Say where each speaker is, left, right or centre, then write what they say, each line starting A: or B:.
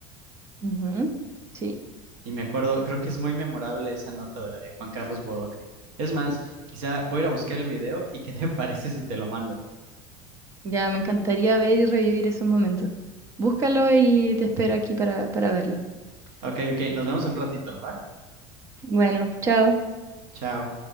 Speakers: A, on the right; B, on the right.
A: Ujú. Sí,
B: Y me acuerdo, creo que es muy memorable esa nota de la de Juan Carlos Bodoque. Es más, quizá voy a ir a buscar el video y qué te <laughs> parece si te lo mando.
A: ya me encantaría ver y revivir esos momentos. Búscalo y te espero aquí para, para verlo.
B: Ok, ok, nos vemos en un ratito, ¿va?
A: Bueno, chao.
B: Chao.